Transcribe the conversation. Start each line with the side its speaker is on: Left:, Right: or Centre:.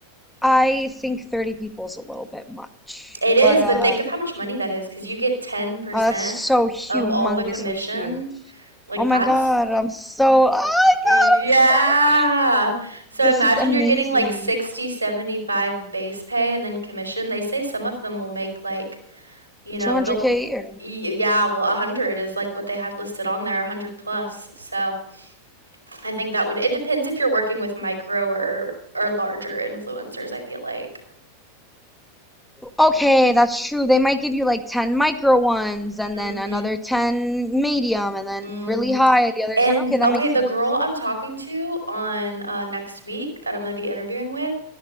Centre: I think 30 people is a little bit much,
Right: It is,
Centre: but uh,
Right: but think of how much money that is because you get 10%
Centre: oh, that's so humongously
Right: of all the commission.
Centre: huge.
Right: Like
Centre: Oh my
Right: that's
Centre: God, I'm so, oh my God, I'm
Right: yeah.
Centre: so,
Right: So
Centre: this
Right: imagine
Centre: is amazing.
Right: you're getting like 60, 75 base pay and then commission. They say some of them will make like You
Centre: 200K
Right: know, the y-
Centre: a year.
Right: yeah, well, 100 is like what they had listed on there, 100 plus. So I think that would, it depends if you're working with micro or or larger influencers, I feel like.
Centre: Okay, that's true. They might give you like 10 micro ones and
Right: Mm-hmm.
Centre: then another 10 medium and then
Right: Mm-hmm.
Centre: really high the other
Right: And
Centre: 10. Okay, that
Right: okay,
Centre: makes
Right: the
Centre: sense.
Right: girl I'm talking to on uh, next week that I'm going to be interviewing with,